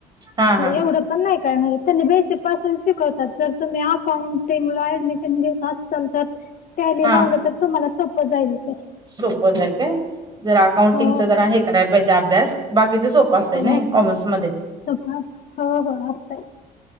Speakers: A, on the right; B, on the left.
A: हा हा
B: एवढं नाही काय म्हण त्यांनी बेसिक पासून शिकवतात जर तुम्ही अकाउंटिंगला ऍडमिशन घेत सतात त्यायले
A: हा
B: लावलं तर तुम्हाला सोपं जाईल ते
A: सोपं जर का जर अकाउंटिंगच
B: हो
A: जरा हे करायला पाहिजे अभ्यास बाकीचं सोप नाही
B: हो
A: कॉमर्स म
B: सगळं हो हो असतंय